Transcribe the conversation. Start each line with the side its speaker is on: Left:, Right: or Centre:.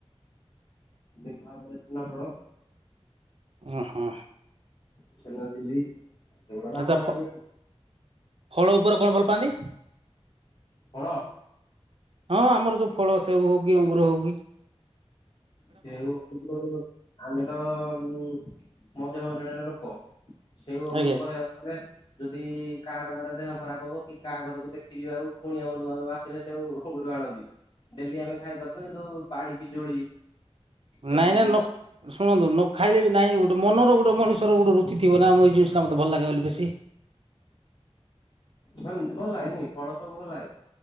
Left: ମିଠା ଉପରେ ଛେନାପୋଡ଼।
Right: ଅଁ ହଁ।
Left: ଛେନଝିଲି ଏଗୁଡ଼ାକ
Right: ଆଚ୍ଛା ଫ
Left: ଆମ <unintelligible>
Right: ଫଳ ଉପରେ କଣ ଭଲ ପାଆନ୍ତି
Left: ଫଳ?
Right: ହଁ ଆମର ଯୋଉ ଫଳ। ସେଉ ହଉ କି ଅଙ୍ଗୁର ହଉ ବି।
Left: ସେଉ ହଉ ଆମେ ତ ଉଁ ମଧ୍ୟମ ଶ୍ରେଣୀର ଲୋକ। ଛେଉ ଅଙ୍ଗରୁ
Right: ଆଜ୍ଞା
Left: କହିବାକୁ ଗଲେ ଯଦି କାହାର ଘରେ ଦେହ ଖରାପ ହବ କି କାହା ଘରକୁ ଦେଖି ଯିବାକୁ କୁଣିଆ ବନ୍ଧୁବାନ୍ଧବ ଆସିଲେ ସେଉ ଅଙ୍ଗୁରୁ ଆଣନ୍ତି। ଡେଲି ଆମେ ଖାଇପାରୁଥିଲୁ କିନ୍ତୁ ବାଡି ପିଜୁଳି ଯେମିତି
Right: ନାଇଁ ନାଇଁ
Left: କିି
Right: ନ ଖ ଶୁଣନ୍ତୁ ନ ଖାଇଲେ ବି ନାଇଁ ଗୋଟ ମନର ଗୋଟେ ମଣିଷର ଗୋଟ ରୁଚି ଥିବ ନା ଆମର ଏଇ ଜିନିଷଟା ମତେ ଭଲ ଲାଗେ ବୋଲି ବେଶି।
Left: ହମିତି ଭଲ ଲାଗେନି ଫଳ ସବୁ ଭଲ ଲାଗେ।